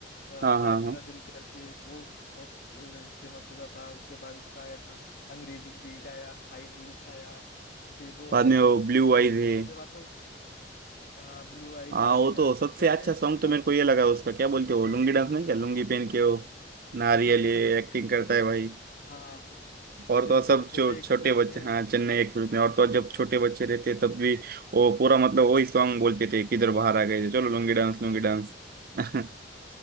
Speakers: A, on the left (about 55°); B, on the right (about 55°).
A: अ,
B: हाँ
A: हाय
B: हाँ
A: मेरा
B: हाँ
A: दिल करके वो बहुत फेमस हुआ था उसके बाद उसका आया था अंग्रेजी बीट आया हाई हील्स आया बेबो
B: बाद
A: आया
B: में वो ब्लू आईज है
A: उसके बाद तो हाँ ब्लू आइज
B: हाँ
A: आ
B: वो
A: गया
B: तो सबसे
A: फिर तो
B: अच्छा
A: अरे
B: सॉन्ग
A: सोना
B: तो मेरे को ये लगा उसका क्या बोलते हो लुंगी डांस नहीं क्या लुंगी पहन के वो नारियल
A: <laughs>
B: ये एक्टिंग करता
A: वो तो
B: है भाई
A: हाँ हाँ,
B: और
A: चेन्न-
B: तो और सब
A: चेन्नई
B: जो
A: एक्सप्रेस
B: छोटे बच्चे
A: में
B: हाँ चेन्नई एक्सप्रेस में और तो और जब छोटे बच्चे रहते तब भी वो पूरा मतलब वही सॉन्ग बोलते थे किधर बाहर आ गए थे चलो लुंगी डांस लुंगी डांस <laughs> हाँ